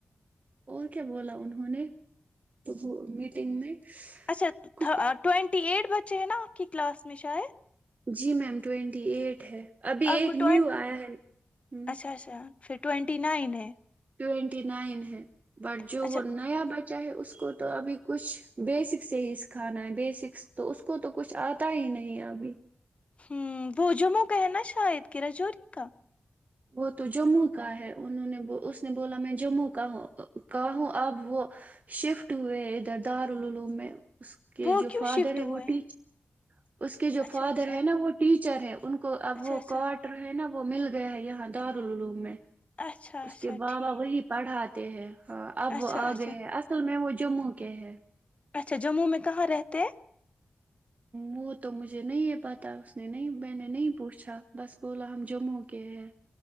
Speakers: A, on the right; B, on the left.
A: اور کیا بولا انہوں نے تو وہ میٹنگ میں
B: اچھا
A: کچھ
B: ٹوینٹی ایٹ بچے ہیں نا آپ کی کلاس میں شاید
A: جی میم ٹوینٹی ایٹ ہے ابھی
B: آپ
A: ایک
B: کو ٹوین
A: نیو آیا ہے ہ
B: اچھا اچھا پھر ٹوینٹی نائن ہے
A: ٹوینٹی نائن ہے بٹ جو
B: اچھا
A: وہ نیا بی <unintelligible> چاہے اس کو تو ابھی کچھ بیسک سے ہی سکھانا ہے بیسکس تو اس کو تو کچھ آتا ہی نہیں ابھی
B: ہوں وہ جموں کا ہے نا شاید کی رجور کا
A: وہ تو جموں کا ہے انہوں نے اس نے بولا میں جموں کا ہوں کہ ہوں اب وہ شفٹ ہوئے ہیں ادھر دارالعلوم میں اس کے
B: وہ
A: جو
B: کیوں
A: فادر
B: شفٹ
A: ہے
B: ہوئے
A: وہ
B: ہیں
A: ٹیچ اس کے جو
B: اچھا
A: فادر
B: اچھا
A: ہے نا وہ ٹیچر ہے ان کو اب
B: اچھا
A: وہ
B: اچھا
A: کوارٹر ہے نا وہ مل گیا ہے یہاں دو اورولو میں
B: اچھا
A: اس
B: اچھا
A: کے بابا
B: ٹھیک
A: وہی پڑھا تے ہیں ہاں اب
B: اچھا
A: وہ آ
B: اچھا
A: گئے ہیں اصل میں مجھے جموں کے ہے
B: اچھا جموں میں کہاں رہتے ہیں
A: وہ تو مجھے نہیں پتا اس نے نہیں میں نے نہیں پوچھا بس بولا ہم جموں کے ہیں